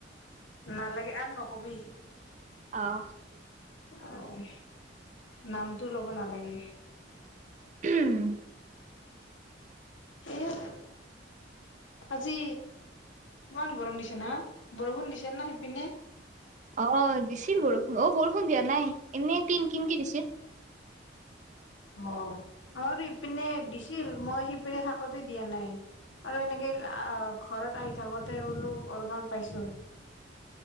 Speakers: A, on the left; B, on the right.
A: নালাগে আৰু নকবি।
B: অ'।
A: অ', নামটো ল'ব নালাগে।
B: <unintelligible>
A: সেয়াই আৰু। আজি, ইমান গৰম দিছে না? বৰষুণ দিছে না সিপিনে?
B: অ' দিছিল বৰষুণ। অ' বৰষুণ দিয়া নাই, এনেই কিনকিনকে দিছে।
A: অ' আমাৰ ইপিনে দিছিল। মই সিপিনে থাকোতে দিয়া নাই। আৰু এনেকে আ ঘৰত আহি থাকোতে বোলো অলপমান পাইছো।